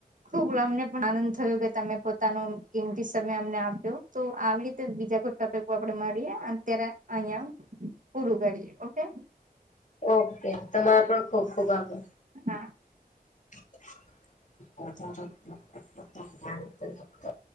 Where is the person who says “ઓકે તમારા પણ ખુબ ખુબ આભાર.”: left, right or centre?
Left